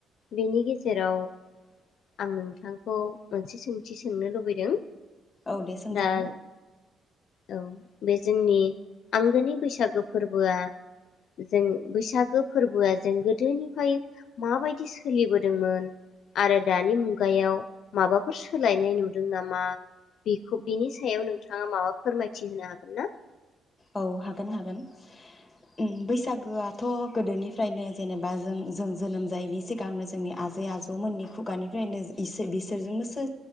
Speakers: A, on the left (about 70°); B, on the left (about 20°).
A: बेनि गेजेराव जेराव आं नोंथांखौ मोनसे सोंथि सोंनो लुबैदों
B: औ दे सोंजागोन
A: दा औ बे जोंनि आंगोनि बैसागो फोरबोआ जों बैसागो फोरबोआ जों गोदोनिफ्राय माबायदि सोलिबोदोंमोन आरो दानि मुगायाव माबाफोर सोलायनाय नुदों नामा बेखौ बिनि सायाव नोंथाङा माबा फोरमायथि होनो हागोन ना
B: औ हागोन हागोन ओम बैसागो थ' गोदोनिफ्रायनो जेनेबा जों जों जोनोम जायैनि सिगांनो जोंनि आजै आजौमोननि खुगानिफ्रायनो बिसोरजोंनोसो